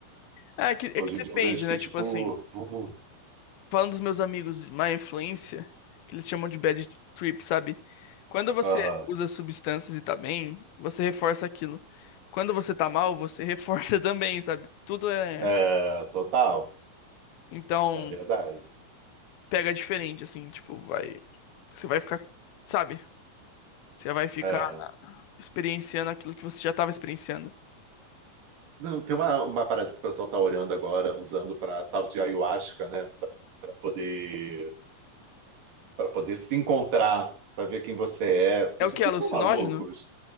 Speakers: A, on the left; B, on the right.
A: Ah, É que, é
B: Hoje
A: que depende,
B: em dia eu vejo que,
A: né?
B: tipo.
A: Tipo assim,
B: uh,
A: falando dos meus amigos má influência, que eles chamam de bad trip, sabe? Quando você
B: Aham.
A: usa substâncias e tá bem, você reforça aquilo. Quando você tá mal, você <laughs> reforça também, sabe? Tudo é.
B: É, total.
A: Então,
B: É verdade.
A: pega diferente, assim, tipo, vai. Você vai ficar. Sabe? Você vai ficar
B: É.
A: experienciando aquilo que você já tava experienciando.
B: Não, tem uma, uma parada que o pessoal está olhando agora, usando para tal de ayahuasca, né? Para poder, para poder se encontrar, para ver quem você é. Vocês,
A: É o
B: vocês
A: que? Alucinógeno?
B: estão malucos?